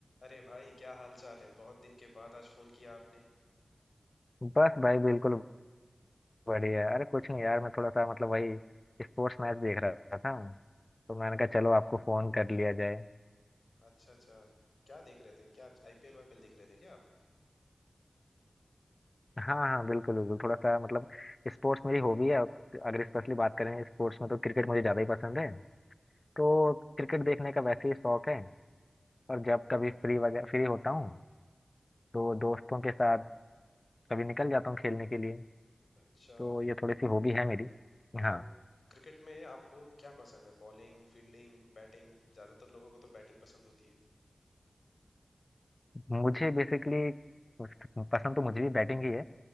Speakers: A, on the left; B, on the left.
A: अरे भाई क्या हाल चाल है बहुत दिन के बाद आज फोन किया आपने
B: बस भाई बिल्कुल बढ़िया अरे कुछ नहीं यार मैं थोड़ा सा मतलब वही स्पोर्ट्स मैच देख रहा था तो मैंने
A: अ-
B: कहा चलो आपको फोन कर लिया जाए
A: अच्छा अच्छा क्या देख रहे थे क्या आईपीएल वाईपीएल देख रहे थे क्या आप
B: हाँ हाँ बिल्कुल बिल्कुल थोड़ा सा मतलब स्पोर्ट्स मेरी हॉबी है और अगर स्पेशली बात करें स्पोर्ट्स में तो क्रिकेट मुझे ज़्यादा ही पसंद है तो क्रिकेट देखने का वैसे ही शौक है और जब कभी फ्री वगैरह फ्री होता हूँ तो दोस्तों के साथ कभी निकल जाता हूँ खेलने के लिए
A: अच्छा
B: तो ये थोड़ी सी हॉबी है मेरी हाँ
A: तो क्रिकेट में आपको क्या पसंद है Bowling fielding batting ज्यादातर लोगों को तो बैटिंग पसंद होती है
B: मुझे बेसिकली पसंद तो मुझे भी बैटिंग ही है